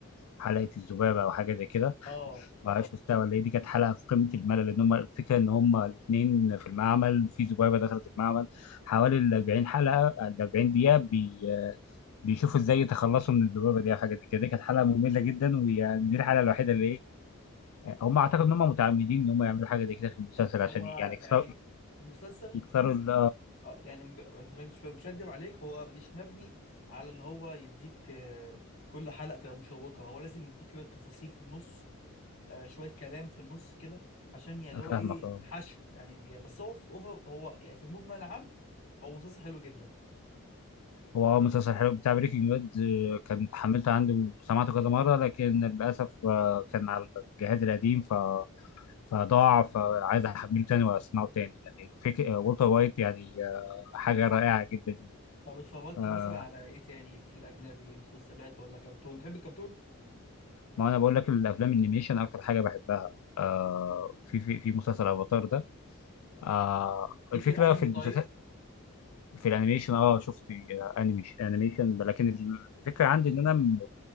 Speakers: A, on the left (about 85°); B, on the left (about 70°).
A: حلقه الذبابه او حاجه زي كده
B: اه
A: ما عرفش مستوى ولا ايه دي كانت حلقه في قمه الملل لان هم الفكره ان هم الاثنين في المعمل في ذبابه دخلت المعمل حوالي ال 40 حلقه ال 40 دقيقه بي بيشوفوا ازاي يتخلصوا من الذبابه دي او حاجه زي كده دي كانت حلقه ممله جدا ويعني دي الحلقه الوحيده اللي ايه هم اعتقد ان هم متعمدين ان هم يعملوا حاجه زي كده في المسلسل عشان
B: هو
A: يعني
B: يعني
A: يكسروا
B: المسلسل
A: يكسروا ال-
B: آه، يعني ب- مش هك- مش هكدب عليك هو مش مبني على ان هو يديك آه، كل حلقه تبقى مشوقه هو لازم يديك شويه تفاصيل في النص آه، شويه كلام في النص كده عشان يعني اللي
A: آه،
B: هو
A: فاهمك
B: ايه
A: اه
B: حشو يعني بي- بس هو في أوفر هو يعني في المجمل العام هو مسلسل حلو جدا
A: هو اه مسلسل حلو بتاع بريكنج باد آه، كان حملته عندي وسمعته كذا مره لكن للاسف آه، كان على الجهاز القديم فضاع فعايز احمله تاني واسمعه تاني يعني فيك والتر وايت يعني آه، حاجه رائعه جدا يعني
B: طب اتفرجت
A: آه،
B: مثلا على ايه تاني في الاجنبي مسلسلات ولا كرتون تحب الكرتون
A: ما انا بقول لك الافلام الانيميشن اكتر حاجه بحبها آه، في في في مسلسل افاتار ده آه،
B: ليك
A: الفكره
B: في الانمي
A: في المسلسل
B: طيب
A: في الانيميشن اه شفت انيميشن انيميشن لكن الفكره عندي ان انا م-